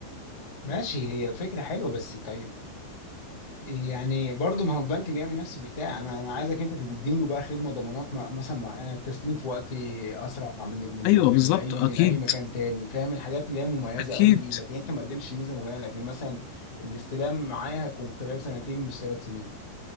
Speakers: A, on the left (about 40°); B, on the left (about 90°).
A: ماشي هي فكره حلوه بس طيب يعني برضه ما هو البنك بيعمل نفس البتاع انا انا عايزك انت تقدم له بقى خدمه ضمانات م- مثلا معينه التسليم في وقت اسرع من ال من
B: ايوه
A: ال
B: بالظبط
A: من اي
B: اكيد
A: من اي مكان تاني فاهم الحاجات اللي هي مميزه
B: اكيد
A: قوي دي لكن انت ما قدمتش ميزه معينه لكن مثلا الاستلام معايا هيكون خلال سنتين مش ثلاث سنين